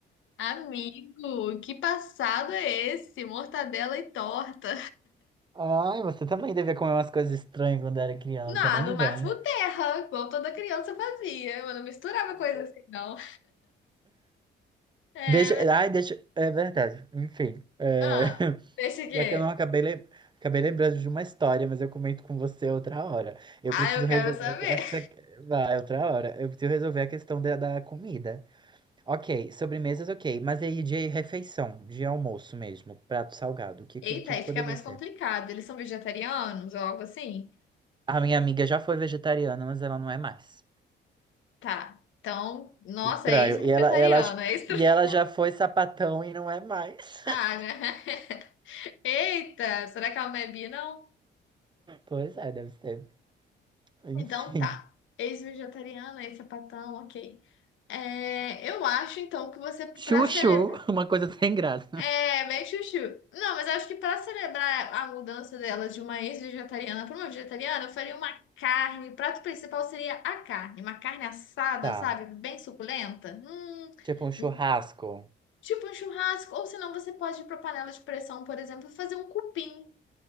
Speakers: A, on the left; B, on the right.
A: Amigo, que passado é esse? Mortadela e torta.
B: Ai, você também devia comer umas coisas estranhas quando era criança,
A: Não,
B: nem
A: no
B: vem.
A: máximo terra, igual toda criança fazia. Eu não misturava coisa assim, não. É,
B: Deixa, ai, deixa, é verdade. Enfim, é,
A: ah,
B: <laughs>
A: deixa aqui.
B: já que eu não acabei, lem- acabei lembrando de uma história, mas eu comento com você outra hora. Eu
A: Ah,
B: preciso
A: eu
B: resolver
A: quero saber.
B: aqui- ah, que você- vai, outra hora. Eu preciso resolver a questão da, da comida. Ok, sobremesas, ok. Mas aí de refeição, de almoço mesmo, prato salgado, o que,
A: Eita,
B: que, que
A: aí
B: que
A: fica
B: poderia
A: mais
B: ser?
A: complicado. Eles são vegetarianos ou algo assim?
B: A minha amiga já foi vegetariana, mas ela não é mais.
A: Tá. Então, nossa,
B: Estranho.
A: é ex-vegetariano,
B: E ela, ela,
A: é extra.
B: e
A: <laughs>
B: ela já foi sapatão e não é mais.
A: Ah,
B: <laughs>
A: né? Eita, será que ela não é bi, não?
B: Pois é, deve ser. Enfim.
A: Então tá. Ex-vegetariana, ex-sapatão, ok. É, eu acho então que você, pra
B: Chuchu,
A: celebrar.
B: <laughs> uma coisa sem graça.
A: É, meio chuchu. Não, mas eu acho que pra celebrar a mudança dela de uma ex-vegetariana pra uma vegetariana, eu faria uma carne. O prato principal seria a carne. Uma carne assada,
B: Tá.
A: sabe? Bem suculenta. Hum,
B: Tipo um churrasco.
A: um- tipo um churrasco. Ou senão você pode ir pra panela de pressão, por exemplo, e fazer um cupim,